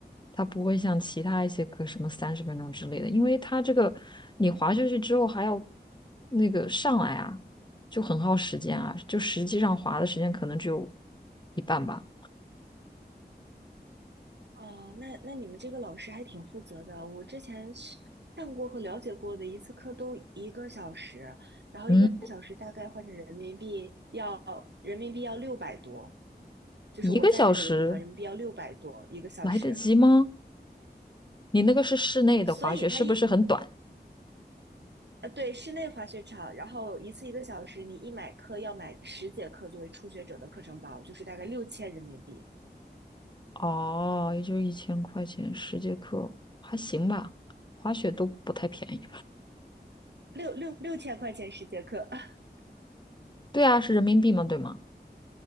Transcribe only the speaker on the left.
它不会像其他一些课什么三十分钟之类的，因为它这个你滑下去之后还要那个上来啊，就很耗时间啊。就实际上滑的时间可能只有一半吧。
嗯，
一个小时来得及吗？你那个是室内的滑雪，
是不是很短？
哦，也就是一千块钱十节课，还行吧。滑雪都不太便宜。
对啊，是人民币嘛，对吗？